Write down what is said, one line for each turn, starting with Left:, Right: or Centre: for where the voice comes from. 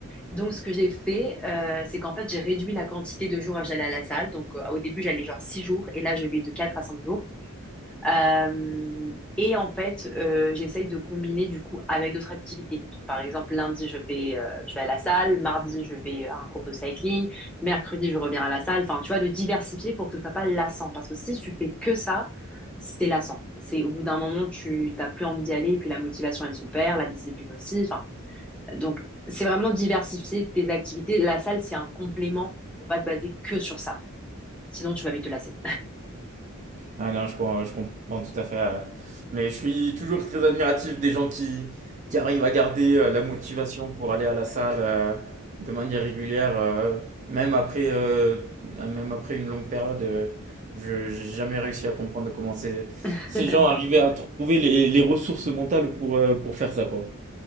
Centre: Donc, ce que j'ai fait, euh, c'est qu'en fait, j'ai réduit la quantité de jours à j'allais à la salle. Donc, euh, au début, j'allais genre six jours et là, je vais de quatre à cinq jours. Euh, et en fait, euh, j'essaye de combiner du coup avec d'autres activités. Donc, par exemple, lundi, je fais, euh, je vais à la salle. Mardi, je vais à un cours de cycling. Mercredi, je reviens à la salle. Enfin, tu vois, de diversifier pour que ce soit pas lassant. Parce que si tu fais que ça, c'est lassant. C'est au bout d'un moment, tu t'as plus envie d'y aller. Et puis, la motivation, elle se perd, la discipline aussi. Enfin, donc, c'est vraiment diversifier tes activités. La salle, c'est un complément. Faut pas te baser que sur ça. Sinon, tu vas vite te lasser.
Right: Ah non, je, com- je comprends tout à fait. euh, Mais je suis toujours très admiratif des gens qui, qui arrivent à garder euh, la motivation pour aller à la salle euh, de manière régulière, euh, même après, euh, même après une longue période. euh, je n'ai jamais réussi à comprendre comment ces,
Centre: <laughs>
Right: ces gens arrivaient à trouver les, les ressources mentales pour, euh, pour faire ça, quoi.